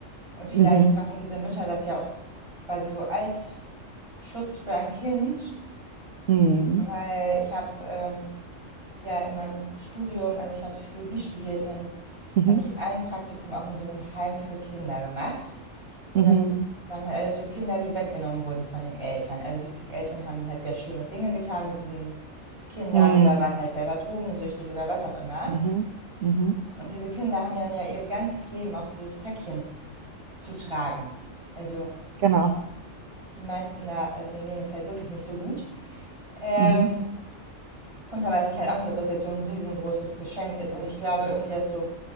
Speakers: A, on the right (about 20°); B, on the right (about 75°).
A: Und vielleicht
B: Mhm.
A: machen diese Mütter das ja auch quasi so als Schutz für ein Kind,
B: Mhm.
A: weil ich habe ähm, ja in meinem Studium, also ich habe Psychologie studiert und dann
B: Mhm.
A: habe ich ein Praktikum auch in so einem Heim für Kinder gemacht. Und
B: Mhm.
A: das waren halt alles so Kinder, die weggenommen wurden von den Eltern. Also die Eltern haben halt sehr schlimme Dinge getan mit diesen Kindern
B: Mhm.
A: oder waren halt selber drogensüchtig oder was auch immer.
B: Mhm. Mhm.
A: Und diese Kinder haben ja, ja ihr ganzes Leben auch dieses Päckchen zu tragen. Also
B: Genau.
A: ich, die meisten da, also denen ging es halt wirklich nicht so gut. Ähm,
B: Mhm.
A: und da weiß ich halt auch nicht, ob das jetzt so ein riesengroßes Geschenk ist. Und ich glaube irgendwie, dass so